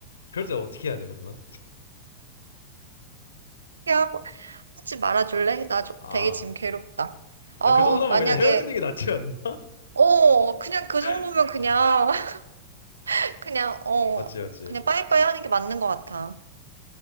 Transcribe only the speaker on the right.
피하고 하지 말아줄래? 나 좀,
되게 지금 괴롭다. 어,
만약에,
어, 그냥 그 정도면
그냥,
<laughs> 그냥, 어,
그냥 빠이빠이 하는 게 맞는 것 같아.